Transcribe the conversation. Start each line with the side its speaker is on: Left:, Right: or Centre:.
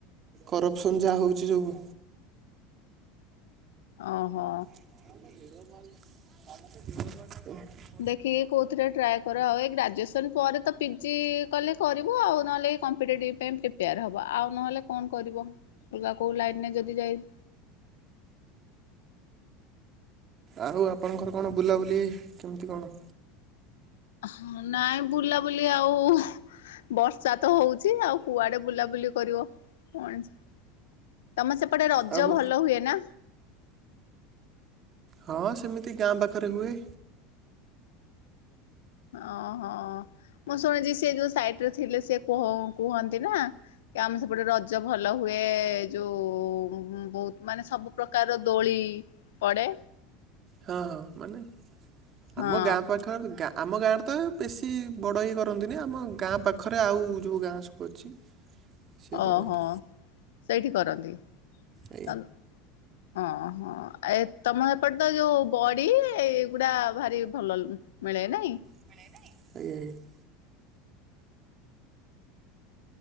Right: କରପସନ୍ ଯାହା ହଉଛି ସବୁ।
Left: ଆ ହୋ।
Right: <inaudible>
Left: ଦେଖିକି କୋଉଥିରେ ଟ୍ରାଏ କର ଆଉ ଏ ଗ୍ରାଜୁଏସନ ପରେ ତ ପିଜି କଲେ କରିବ ଆଉ ନହେଲେ ଏଇ କମ୍ପି ଟେଟିବ ପାଇଁ ପ୍ରିପେୟାର ହବ ଆଉ ନହେଲେ କଣ କରିବ। ଅଲଗା କୋଉ ଲାଇନ୍ ରେ ଯଦି ଯାଇ
Right: ଆଉ ଆପଣଙ୍କର କଣ ବୁଲାବୁଲି କେମିତି କଣ?
Left: ହ ନାଇଁ ବୁଲାବୁଲି ଆଉ ବର୍ଷା ତ ହଉଛି ଆଉ କୁଆଡ଼େ ବୁଲାବୁଲି କରିବ ମଣିଷ। ତମ ସେପଟେ ରଜ
Right: ଆଉ
Left: ଭଲ ହୁଏ ନା?
Right: ହଁ ସେମିତି ଗାଁ ପାଖରେ ହୁଏ।
Left: ଓହୋ ମୁଁ ଶୁଣିଛି ସେ ଯୋଉ ସାଇଟ୍ ରେ ଥିଲେ ସେ କୁହନ୍ତି ନା କି ଆମେ ସେପଟେ ରଜ ଭଲ ହୁଏ ଯୋଉ ବହୁତ ମାନେ ସବୁ ପ୍ରକାରର ଦୋଳି ପଡ଼େ
Right: ହଁ ହଁ ମାନେ ଆମ
Left: ହଁ
Right: ଗାଁ ପାଖରେ ଗାଁ ଆମ ଗାଁରେ ତ ବେଶୀ ବଡ଼ ଇଏ କରନ୍ତିନି। ଆମ ଗାଁ ପାଖରେ ଆଉ ଯୋଉ ଗାଁ ସବୁ ଅଛି। <inaudible>
Left: ଓହ
Right: କରନ୍ତି
Left: ସେଇଠି କରନ୍ତି <unintelligible>
Right: ଆଜ୍ଞା
Left: ହଁ ହଁ ଆ ଏ ତମ ହେପଟେ ତ ଯୋଉ ବଡ଼ି ଏଗୁଡ଼ା ଭାରି ଭଲ ମିଳେ ନାଇଁ?
Right: <unintelligible>